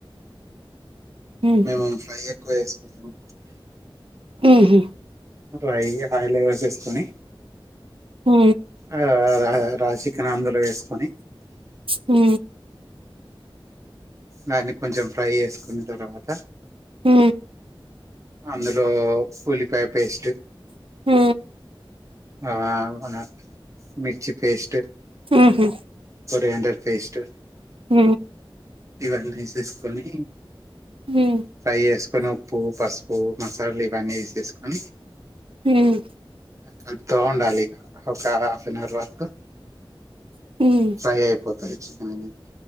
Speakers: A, on the right; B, on the right.
A: ఊహూ
B: మేము ఫ్రై ఎక్కువ ఏసుకుంటాం
A: ఊహూ
B: <inaudible> హై లెవెల్స్ ఏసుకోని
A: ఊ
B: ఆ రా రాసికెన్ అందులో వేసుకొని
A: ఊ
B: దాన్ని కొంచెం ఫ్రై చేసుకున్న తర్వాత
A: ఊ
B: అందులో ఉల్లిపాయ పేస్ట్
A: ఊ
B: ఆ మన మిర్చి పేస్ట్
A: ఊహూ
B: కొరియండర్ ఫేస్ట్
A: ఊ
B: ఇవన్నీ ఏసేసుకొని
A: ఉమ్
B: ఫ్రై ఏస్ కొని ఉప్పు పసుపు మసాలాలు ఇవన్నీ వసేసుకొని
A: ఉమ్
B: కడుత ఉండాలిక ఒక హాఫ్ అన్ అవర్ వరకు
A: ఉమ్
B: సహేపు పరిచ కాని